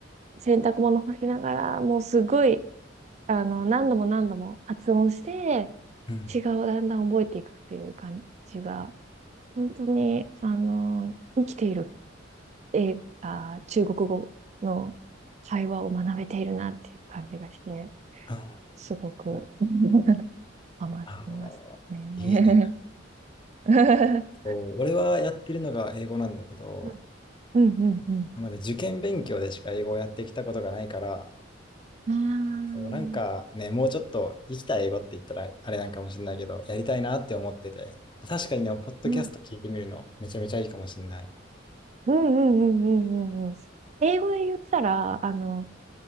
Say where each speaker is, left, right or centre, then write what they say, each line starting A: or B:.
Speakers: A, on the right; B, on the left.
A: 洗濯物干しながら、もうすごい、あの、何度も何度も発音して、
B: うん。
A: 違う、だんだん覚えていくっていう感じが、本当に、あの、生きている、えー、あー、中国語の会話を学べているなっていう感じがして、
B: うん
A: すごく <laughs> ハマってますね。
B: ああ、いいね。
A: <laughs>
B: そう、俺はやってるのが英語なんだけど、
A: うんうんうん
B: なので受験勉強でしか英語をやってきたことがないから、
A: うん。
B: そう、なんかね、
A: ああ、
B: もうちょっと生きた英語って言ったらあれなんかもしれないけど、やりたいなって思ってて、確かにね、ポッドキャスト聞いてみるのめちゃめちゃいいかもしれない。
A: うんうんうんうんうんうんうん。英語で言ったら、あの、